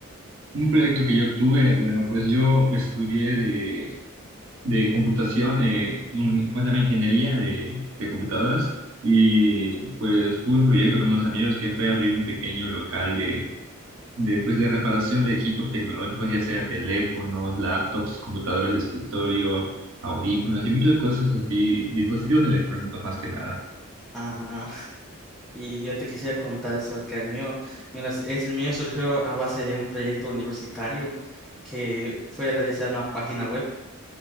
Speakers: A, on the right; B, in the centre.
A: Un proyecto que yo tuve, bueno, pues yo estudié de, de computación, eh, in- ¿cómo se llama? Ingeniería de, de computadoras. Y pues tuve un proyecto con unos amigos que fue abrir un pequeño local de, de, pues, de reparación de equipos tecnológicos, ya sea teléfonos, laptops, computadores de escritorio, audífonos y muchas cosas así, dispositivos electrónicos más que nada.
B: Ajá. Y yo te quisiera contar sobre que el mío, mira, es- es- el mío surgió a base de un proyecto universitario que fue a realizar una página web